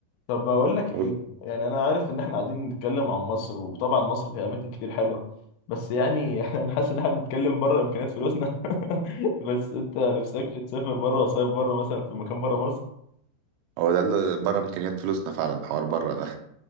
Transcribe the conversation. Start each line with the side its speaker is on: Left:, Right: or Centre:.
Left: طب بقول لك
Right: <laughs>
Left: ايه
Right: و-
Left: يعني انا عارف ان احنا قاعدين نتكلم عن مصر وطبعا مصر فيها اماكن كتير حلوه بس يعني <laughs> انا حاسس ان احنا بنتكلم بره امكانيات فلوسنا <laughs> بس انت نفسكش تسافر بره وصيف بره مثلا في مكان بره مصر
Right: هو ده اللي بره إمكانيات فلوسنا فعلا حوار بره ده